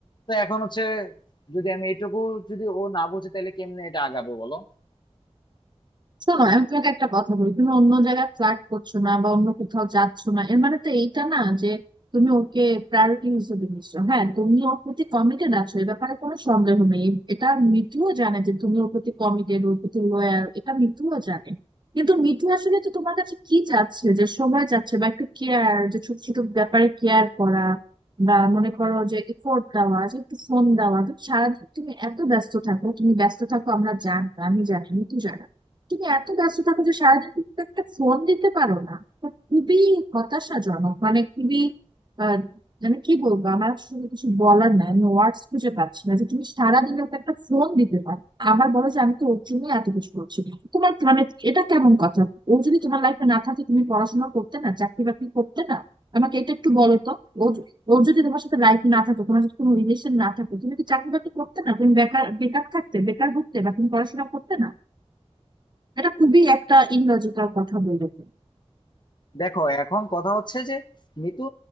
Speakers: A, on the left (about 45°); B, on the right (about 40°).
A: তো এখন হচ্ছে যদি আমি এটুকু যদি ও না বুঝে তাহলে কেমনে এটা আগাবে বলো
B: শোনো আমি তোমাকে একটা কথা বলি তুমি অন্য জায়গায় ফ্লার্ট করছো না বা অন্য কোথাও যাচ্ছ না এর মানে তো এইটা না যে তুমি ওকে প্রায়োরিটি হিসেবে নিচ্ছ হ্যাঁ তুমি ওর প্রতি কমিটেড আছো এ ব্যাপারে কোনো সন্দেহ নেই এটা মিঠুও জানে যে তুমি ওর প্রতি কমিটেড ওর প্রতি লয়াল এটা মিঠুও জানে কিন্তু মিঠু আসলে তো তোমার কাছে কি চাচ্ছে যে সময় চাচ্ছে বা একটু কেয়ার যে ছোট ছোট ব্যাপারে কেয়ার করা বা মনে করো যে এফোর্ট দেওয়া যে একটু ফোন দেওয়া তুমি সারাদিন তুমি এত ব্যস্ত থাকো তুমি ব্যস্ত থাকো আমরা জানি আমি জানি মিঠু জানে তুমি এত ব্যস্ত থাকো যে সারাদিন তুমি তো একটা ফোন দিতে পারো না এটা খুবই হতাশাজনক মানে খুবই আহ, মানে কি বলবো আমার আসলে কিছু বলার নাই আমি ওয়ার্ডস খুঁজে পাচ্ছি না যে তুমি সারাদিন ওকে একটা ফোন দিতে পারো আবার বলো যে আমি তো ওর জন্যই এত কিছু করছি তোমার মানে এটা কেমন কথা ও যদি তোমার লাইফে না থাকে তুমি পড়াশোনা করতে না চাকরি বাকরি করতে না আমাকে এটা একটু বলো তো ও য- ওর যদি তোমার সাথে লাইফ না থাকতো তোমার যদি কোনো রিলেশন না থাকতো তুমি কি চাকরি বাকরি করতে না তুমি বেকার বেকার থাকতে বেকার ঘুরতে বা তুমি পড়াশোনা করতে না এটা খুবই একটা ইললজিক্যাল কথা বলেছো
A: দেখো এখন কথা হচ্ছে যে মিতু